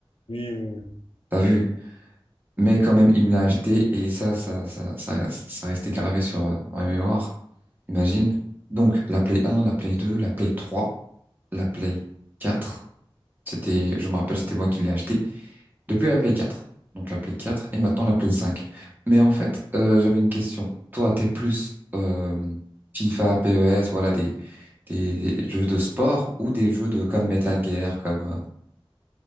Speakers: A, on the left; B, on the right.
A: Oui, oui, oui.
B: t'as vu. Mais quand même, il me l'a acheté et ça, ça, ça, ça, ça restait gravé sur euh, dans ma mémoire, imagine. Donc la Play 1, la Play 2, la Play 3, la Play 4. C'était, je me rappelle, c'était moi qui l'ai acheté. Depuis la Play 4. Donc la Play 4 et maintenant
A: Ok.
B: la Play 5. Mais en fait, euh, j'avais une question. Toi, t'es plus euh, FIFA, PES, voilà, des, des jeux de sport ou des jeux de comme Metal Gear, comme... euh,